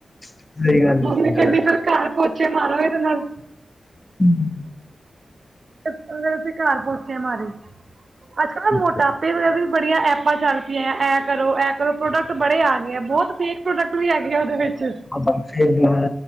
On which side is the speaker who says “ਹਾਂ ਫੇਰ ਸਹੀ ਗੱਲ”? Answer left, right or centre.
Left